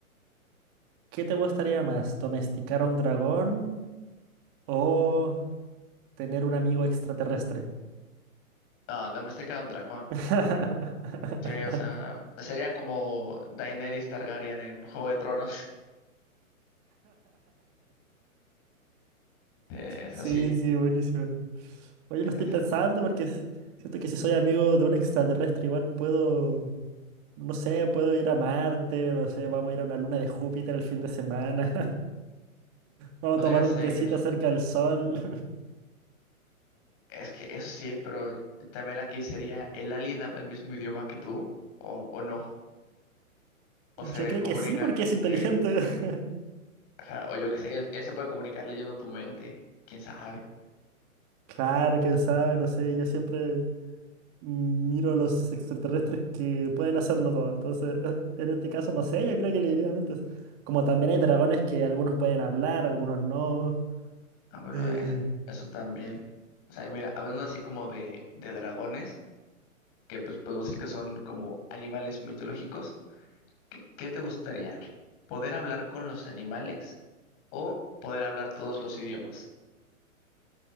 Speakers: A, on the right (about 30°); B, on the left (about 30°).
A: ¿qué te gustaría más? ¿Domesticar a un dragón o tener un amigo extraterrestre?
B: Ah, Domestika era un dragón.
A: <laughs>
B: Sí, o sea, sería como Daenerys Targaryen en Juego de Tronos. <laughs> Eh, Es
A: Sí,
B: así.
A: sí, buenísimo. Oye, lo
B: Eh,
A: estoy pensando porque s- siento que si soy amigo de un extraterrestre, igual puedo, no sé, puedo ir a Marte, no sé, vamos a ir a una luna de Júpiter el fin de semana. Vamos
B: Podría
A: a tomar
B: ser.
A: un tecito cerca del sol.
B: Es que eso sí, pero también aquí sería, ¿el alien habla el mismo idioma que tú? ¿O, o no? o
A: Yo
B: se
A: creo
B: comunican,
A: que sí, porque
B: este,
A: es inteligente. <laughs>
B: ajá, o yo qué sé, él, él se puede comunicar leyendo tu mente, quién sabe.
A: Claro, quién sabe, no sé. Yo siempre miro a los extraterrestres que pueden hacerlo todo. Entonces, <laughs> eh, en este caso, no sé, yo creo que le diría mentes. Como también hay dragones que algunos pueden hablar, algunos no.
B: Ah, bueno,
A: Eh,
B: es- eso también. O sea, mira, hablando así como de, de dragones, que pues podemos decir que son como animales mitológicos, ¿qué, qué te gustaría? ¿Poder hablar con los animales o poder hablar todos los idiomas?